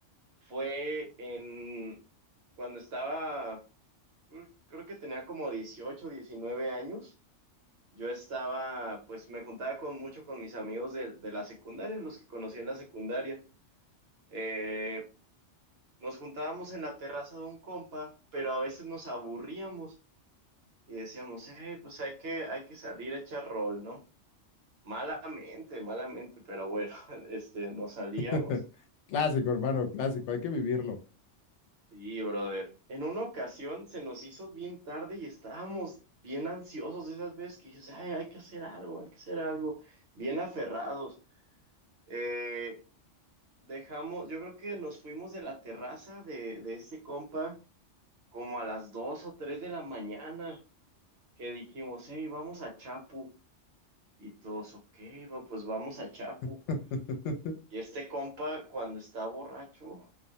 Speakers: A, on the right; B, on the left.
A: fue en cuando estaba, cre- creo que tenía como 18 19 años. Yo estaba, pues me juntaba con mucho con mis amigos de, de la secundaria, los que conocí en la secundaria. Eh, nos juntábamos en la terraza de un compa, pero a veces nos aburríamos y decíamos, eh, pues hay que, hay que salir a echar rol, ¿no? Malamente, malamente, pero bueno, <laughs> este, nos salíamos.
B: <laughs> Clásico, hermano, clásico. Hay que vivirlo.
A: Sí, brother. En una ocasión se nos hizo bien tarde y estábamos bien ansiosos de esas veces que dices, ay, hay que hacer algo, hay que hacer algo, bien aferrados. Eh, dejamos, yo creo que nos fuimos de la terraza de, de este compa como a las dos o tres de la mañana, que dijimos, hey, vamos a Chapu. Y todos, ok, va- pues vamos a Chapu.
B: <laughs>
A: Y este compa, cuando está borracho,